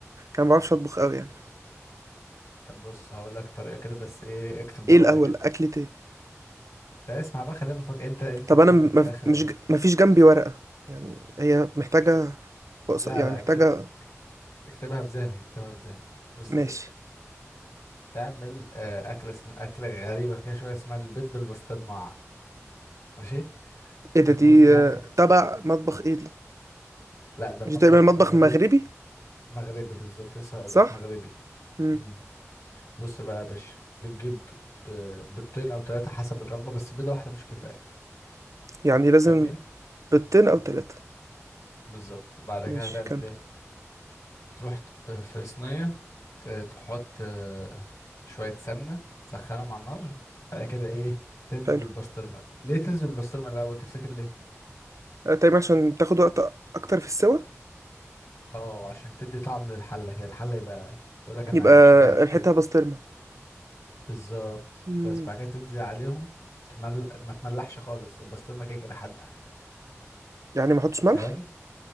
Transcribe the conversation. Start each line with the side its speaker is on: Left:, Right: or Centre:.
Right: ما بعرفش اطبخ قوي يعني
Left: طب بص هقول لك طريقة كده بس ايه اكتب ورايا
Right: ايه الاول
Left: كده
Right: اكلة ايه
Left: لا، اسمع بقى خليها مفاجأة انت انت
Right: طب
Left: تخمن
Right: انا م-
Left: في
Right: مف-
Left: الاخر
Right: مش ج... مفيش جنبي ورقه يعني هي محتاجه
Left: اكتب...
Right: وقص-
Left: لا
Right: يعني
Left: لا
Right: محتاجه
Left: اكتب اك- اكتبها في ذهنك اكتبها في ذهنك بص
Right: ماشي
Left: يا باشا تعمل آه، أكلة اسم... أكلة غريبة كده شوية اسمها البيض بالبسطرمة ماشي
Right: ايه ده
Left: المهم
Right: دي
Left: يعني
Right: آه، تبع مطبخ ايه دي
Left: لا ده
Right: مش
Left: مطبخ
Right: تقريبا مطبخ
Left: مغربي
Right: مغربي
Left: مغربي بالظبط لسه هقول
Right: صح
Left: لك مغربي
Right: امم
Left: امم بص بقى يا باشا بتجيب آه، بيضتين او ثلاثه حسب الرغبه بس بيضه واحده مش كفايه
Right: يعني لازم
Left: جميل
Right: بيضتين او ثلاثه
Left: بالظبط بعد
Right: ماشي
Left: كده هتعمل
Right: كمل
Left: ايه تروح ت- في صينيه ت- تحط آه، شويه سمنه تسخنهم على النار بعد كده ايه تنزل
Right: حلو
Left: بالبسطرمه ليه تنزل بالبسطرمه الاول تفتكر ليه
Right: تايم عشان تاخد وقت اكتر في السوا
Left: اه عشان تدي طعم للحله كده الحله يبقى تقول لك انا
Right: يبقى
Left: شبعت كده
Right: ريحتها بسطرمه
Left: بالظبط
Right: مم.
Left: بس بعد كده تنزل عليهم تمل... ما تملحش خالص البسطرمة كده كده حادقة
Right: يعني ما احطش ملح
Left: فاهم